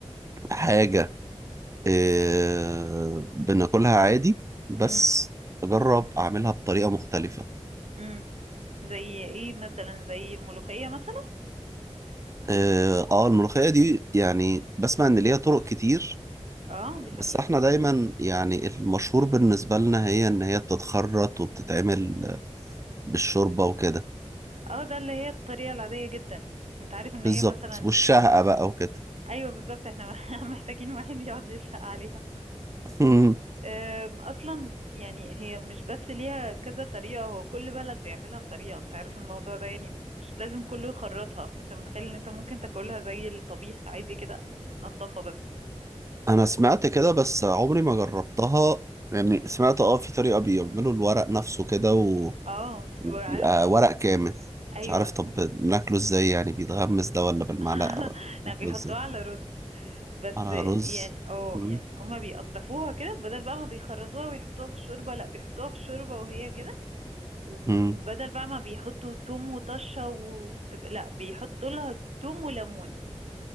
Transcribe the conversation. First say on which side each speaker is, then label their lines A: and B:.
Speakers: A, on the right (about 25°); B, on the right (about 70°).
A: حاجه أه بناكلها عادي بس
B: امم
A: اجرب اعملها بطريقه مختلفه
B: امم زي ايه مثلا زي ملوخية مثلا
A: اه آه، الملوخية دي يعني بسمع ان ليها طرق كتير
B: اه دي
A: بس
B: حقيقة
A: احنا دايما يعني المشهور بالنسبة لنا هي ان هي بتتخرط وبتتعمل بالشوربة وكده
B: اه ده اللي هي الطريقة العادية جدا بس انت عارف ان
A: بالظبط
B: هي مثلا
A: والشهقة بقى وكده
B: ايوه بالظبط احنا <laughs> محتاجين واحد يقعد يشفق عليها
A: <laughs>
B: أم، اصلا يعني هي مش بس ليها كذا طريقه هو كل بلد بيعملها بطريقه انت عارف الموضوع ده يعني مش لازم كله يخرطها انت متخيل ان انت ممكن تاكلها زي الطبيخ عادي كده تقطفها بس
A: انا سمعت كده بس عمري ما جربتها يعني سمعت اه في طريقة بيعملوا الورق نفسه كده و...
B: اه بتبقى
A: وبيبقى
B: عارف
A: ورق كامل
B: ايوه
A: مش عارف طب بناكله ازاي يعني بيتغمس ده ولا بالمعلقة
B: <laughs>
A: ولا
B: لا
A: بناكله
B: بيحطوها
A: ازاي
B: على رز بس
A: على رز
B: يعني اه
A: مم.
B: يعني هما بيقطفوها كده بدل بقى ما بيخرطوها ويحطوها في الشوربه لا بيحطوها في الشوربه وهي كده وبدل
A: مم.
B: بقى ما بيحطوا توم وطشة و... تبقى- لا بيحطوا لها توم وليمون